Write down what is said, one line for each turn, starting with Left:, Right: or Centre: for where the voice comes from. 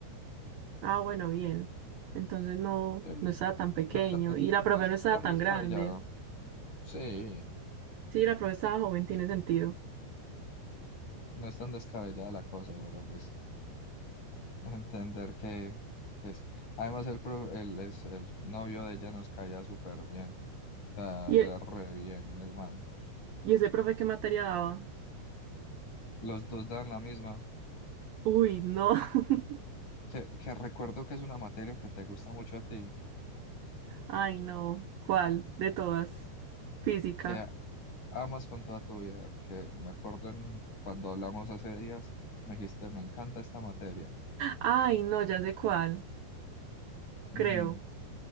Right: Ah, bueno, bien. Entonces no,
Left: Sí,
Right: no
Left: sí.
Right: estaba tan pequeño.
Left: no es tan, de-
Right: Y la
Left: no
Right: profe
Left: es
Right: no estaba
Left: tan
Right: tan
Left: descabellado.
Right: grande.
Left: Sí,
Right: Sí, la profe estaba joven, tiene sentido.
Left: no es tan descabellada la cosa, pero pues... Entender que, pues, además el, pro- el, es, el novio de ella nos caía súper bien, o sea,
Right: ¿Y,
Left: era
Right: e-
Left: re bien el man.
Right: y ese profe qué materia daba?
Left: Los dos dan la misma,
Right: Uy, no. <laughs>
Left: que, que recuerdo que es una materia que te gusta mucho a ti,
Right: Ay, no. ¿Cuál? De todas. Física.
Left: que amas con toda tu vida, que me acuerdo en, cuando hablamos hace días, me dijiste, me encanta esta materia.
Right: Ay, no, ya sé cuál.
Left: Ujú.
Right: Creo.